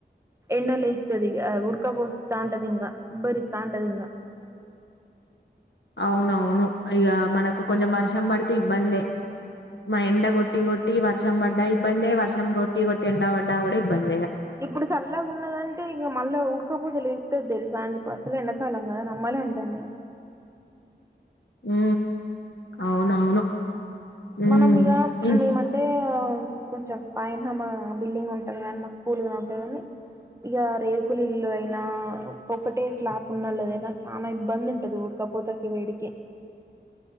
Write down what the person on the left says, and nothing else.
అవునవును ఇగ మనకు కొంచం వర్షం పడితే ఇబ్బందే మా ఎండగొట్టి కొట్టి వర్షం పడ్డా ఇబ్బందే వర్షం కొట్టి కొట్టి ఎండబడ్డా కూడా ఇబ్బంది
ఉ అవునవును ఉమ్,
ఇం-